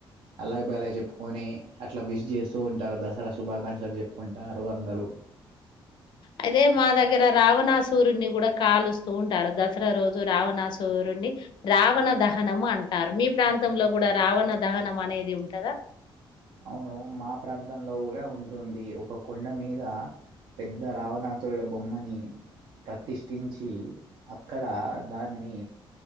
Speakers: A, on the right; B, on the left.
A: అలాయ్ బలాయ్ చెప్పుకొని అట్ల విష్ చేస్తూ ఉంటారు. దసరా శుభాకాంక్షలు జెప్ కుంటారు అందరూ
B: అయితే మా దగ్గ దగ్గర రావణాసురుని కూడా కాలుస్తూ ఉంటారు దసరా రోజు రావణాసురుని రావణ దహనం అంటారు. మీ ప్రాంతంలో కూడా రావణ దహనం అనేది ఉంటదా?
A: అవును మా ప్రాంతంలో కూడా ఉంటుంది. ఒక కొండ మీద పెద్ద రావణాసుల బొమ్మని ప్రతిష్ టించి అక్కడ దాన్ని